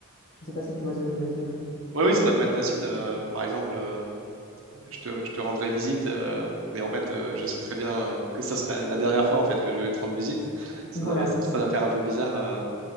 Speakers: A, on the left; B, on the right.
A: Je ne sais pas si tu vois ce que je veux dire.
B: Oui, oui, ça doit pas être facile. euh, par exemple, euh, je te, je te rendrai visite, euh, mais en fait, euh, je sais très bien euh, que ça serait la dernière fois en fait que je vais te rendre visite. Ça
A: Voilà.
B: doit, ça doit faire un peu bizarre, euh,